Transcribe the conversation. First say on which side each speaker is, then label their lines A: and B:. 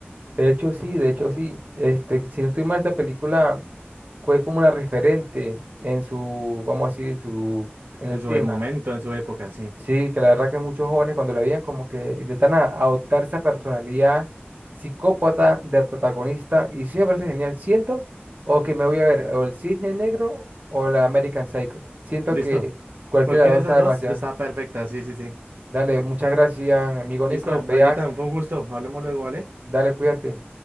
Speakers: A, on the right; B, on the right.
A: De hecho, sí, de hecho, sí. Este, si no estoy mal, esta película... fue como una referente en su, vamos a decir, en su, en
B: En
A: el
B: su
A: tema.
B: e, momento, en su época, sí.
A: Sí, que la verdad que muchos jóvenes cuando la veían como que intentan a- adoptar esa personalidad psicópata del protagonista y sí me parece genial. Siento o que me voy a ver o el Cisne Negro o la American Psycho. Siento
B: Listo.
A: que cualquiera
B: Cualquiera
A: de las dos
B: de esas
A: está
B: dos
A: demasiado.
B: está perfecta, sí, sí, sí.
A: Dale, muchas gracias, amigo Nicolás.
B: Listo, Brayitan,
A: te voy a-
B: fue un gusto. Hablamos luego, ¿vale?
A: Dale, cuídate.